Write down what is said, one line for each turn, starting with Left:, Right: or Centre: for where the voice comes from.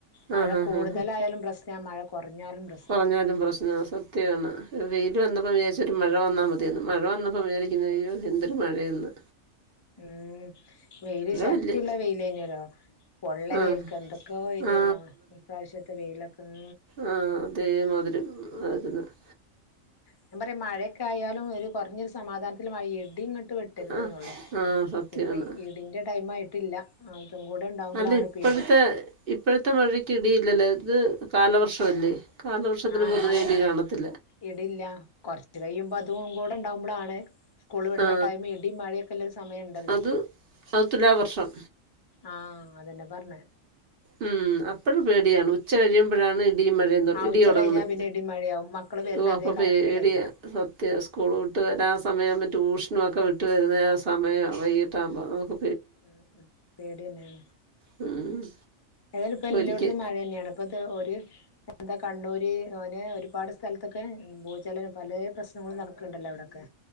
Left: മഴ
Right: ആ ഹാ
Left: കൂടുതലായാലും
Right: ഹാ
Left: പ്രശനം ഞാ മഴ കൊറഞ്ഞാലും പ്ര
Right: കുറഞ്ഞാലും പ്രശ്ന സത്യണ് വെയില് വന്നപ്പോ വിചാച്ചു ഒരു മഴ വന്നാ മതി മഴ വന്നപ്പോ വിചാരിക്കുന്നത് അയ്യോ എന്തൊരു മഴയന്ന്
Left: ഉം വെയില് ശക്തിയുള്ള
Right: വലിയ
Left: വെയിലെനിയലോ പൊള്ളലേൽക്ക
Right: ആ
Left: എന്തൊക്കെ ഏനെലോ
Right: ആ
Left: ഈ പ്രാവശ്യത്തെ വെയിലൊക്കെ ഉം
Right: ആഹ് അതേമാതിരിം <unintelligible>
Left: ഞാൻ പറയാ മഴയക്ക ആയാലും ഒരു കുറഞ്ഞൊരു സമാധാനത്തില് മഴ ഇടിങ്ങ ട്ട് വെട്ടരുത്
Right: ആ
Left: ന്നള്ളു
Right: ആ സത്യമാണ്
Left: ഇപ്പം ഇടിൻ്റെ ടൈംയിട്ടില്ല അതും കൂടെ ഇണ്ടാകുമ്പളാണ്
Right: അല്ല ഇപ്പോഴത്തെ
Left: പേടി
Right: ഇപ്പോഴത്തെ മഴയ്ക്ക് ഇടിയില്ലല്ലേ ഇത് കാലവർഷല്ലേ കാലവർഷത്തിന്
Left: ആഹ്
Right: പൊതുവേ
Left: ആണ്
Right: ഇടി കാണത്തി
Left: ഇടില്ല കുറച്ച് കഴിയുമ്പോ അതും കൂടെ ഇണ്ടാവുമ്പളാണ് സ്കൂള് വിടണ
Right: ആ
Left: ടൈം ഇടി മാഴയൊക്കെല്ലരു സമയണ്ടല്ലോ
Right: അത് അത് തുലാവർഷം
Left: ആഹ് അതെന്നെ പർണേ.
Right: ഉം. അപ്പഴും പേടിയാണ് ഉച്ച കഴിയുമ്പോഴാണ് ഇടിയും മഴയൊ
Left: ആ
Right: ഇടി
Left: ഉച്ച
Right: തൊടങ്ങുന്നേ
Left: കഴിഞ്ഞാ പിന്നെ ഇടി മഴയാവും മക്കള് വരുന്ന
Right: ഓ അപ്പം
Left: അതേ കറക്റ്റ്
Right: പേടിയാ
Left: ടൈമിക്ക്
Right: സ ത്യം സ്കൂൾ വിട്ട് വരാൻ സമയാവുമ്പ ട്യൂഷനും ഒക്കെ വിട്ട് വരുന്ന ആഹ് സമയ വൈകട്ടാവുമ്പോ നമക്ക്
Left: ഉം ഉം പേടിന്നെണ്
Right: ഉം.
Left: ഏതാലും ഇപ്പോ എല്ലോട്ത്തും
Right: ഒരിക്കെ
Left: മഴ ന്നെണ് അപ്പ അത് ഒര് എന്താ കണ്ണൂര് ഓനെ ഒരുപാട് സ്ഥലത്തൊക്കെ ഭൂചലനം പലേ പ്രശ്നങ്ങളും നടക്ക്ണ്ടല്ലോ അവ്ടെക്കെ.